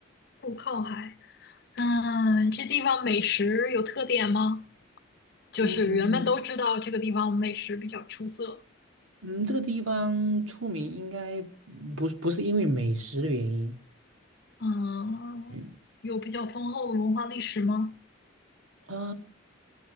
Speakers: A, on the left; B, on the right.
A: 不靠海。嗯，这地方美食有特点吗？就是人们都知道这个地方美食比较出色。
B: 嗯嗯，这个地方出名应该不是不是因为美食的原因。
A: 嗯，
B: 嗯。
A: 有比较丰厚的文化历史吗？
B: 啊，